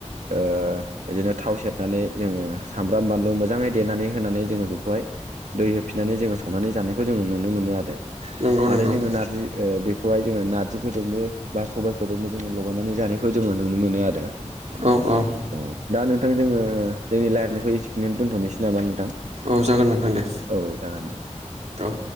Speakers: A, on the right; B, on the right.
A: बिदिनो थाव सेरनानै जोङो सामब्राम बानलु मोजाङै देनानै होनानै जोङो बेखौहाय दै होफिननानै जोङो संनानै जानायखौ जोङो नुनो मोनो आरो
B: नंगौ
A: आरो
B: नंगौ
A: जोङो नारजि बेखौहाय जोङो नारजिफोरजोंबो बा सबायफोरजोंबो जोङो लगायनानै जानाय खौ जोङो नुनो मोनो आरो
B: औ औ
A: औ दा नोंथां जोङो जोंनि लायजनायखौ एसेखिनिनो दोन्थ'नोसै नामा नोंथां
B: औ जागोन नोंथां दे
A: औ जागोन दे
B: औ